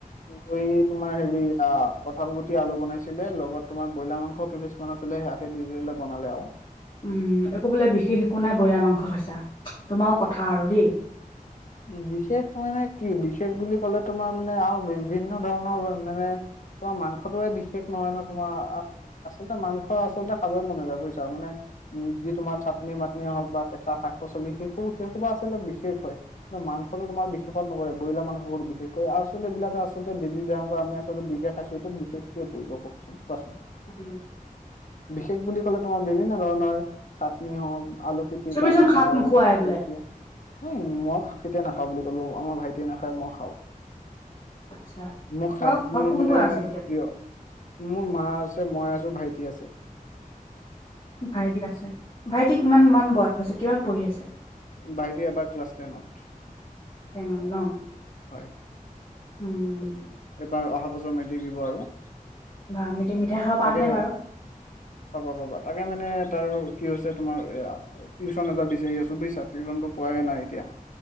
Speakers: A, on the left; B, on the left.
A: উৰহি তোমাৰ, সেৰি আঁ কঁঠাল গুটি, আলু বনাইছিলে, লগত তোমাৰ, ব্ৰইলাৰ মাংস কেইপিচ মান আছিলে, সেয়াকে দি দিলে, বনালে আৰু।
B: উম, একো বোলে, বিশেষ একো নাই। ব্ৰইলাৰ মাংস খাইছা? তোমাৰো
A: <inaudible>
B: কথা আৰু <inaudible>
A: বিশেষ মানে কি, বিশেষ বুলি ক'লে তোমাৰ মানে, আৰু বিভিন্ন ধৰণৰ মানে, তোমাৰ, মাংসটোৱে বিশেষ নহয়, নহয়, তোমাৰ। আচলতে মাংস, আচলতে খাবই মন নযায়। বুজিছা? মানে, উম, যি তোমাৰ, চাটনি-মাটনি হওঁক বা কেঁচা শাক-পাচলি <unintelligible> আছিলে, বিশেষ হয়। কিন্তু, মাংসটো তোমাৰ, বিশেষত নপৰে। ব্ৰইলাৰ মাংবোৰ বিশষকৈ, আচলতে এইবিলাক আচলতে, <unintelligible> আমি আচলতে, বিষ খাইছোঁ। এইটো বিশেষকৈ পৰিব কওঁকচোন? কোৱাচোন?
B: উম।
A: বিশেষ বুলি ক'লে তোমাৰ বিভিন্ন ধৰণৰ চাটনি হওক আলু পিতিকা
B: তুমিচোন
A: তোমাৰ।
B: শাক নোখোৱাই বোলে
A: <inaudible> মই কেতিয়া নাখাওঁ বুলি কলো আমাৰ ভাইটিয়ে নাখায় মই খাওঁ।
B: আচ্ছা
A: মোৰ
B: তোমাৰ
A: শাক বোৰ
B: ঘৰত কোন
A: মানে
B: কোন আছে
A: প্ৰিয়।
B: এতিয়া
A: মোৰ মা আছে মই আছো ভাইটি আছে।
B: ভাইটি আছে ভাইটি
A: হয়
B: কিমান মন বয়স হৈছে কিহত পঢ়ি আছে।
A: ভাইটি এবাৰ ক্লাছ টেনত
B: টেনত ন
A: হয়।
B: উম।
A: এবাৰ অহাবছৰ মেট্ৰিক দিব আৰু।
B: বা মেতি মিঠাই খাব পাম
A: তাকে
B: নে বাৰু।
A: পাবা পাবা তাকে মানে তাৰ কি হৈছে তোমাৰ এয়া। টিশ্যনটোএটা বিচাৰি আছো বুজিছা টিশ্যনটো পোৱাই নাই এতিয়া।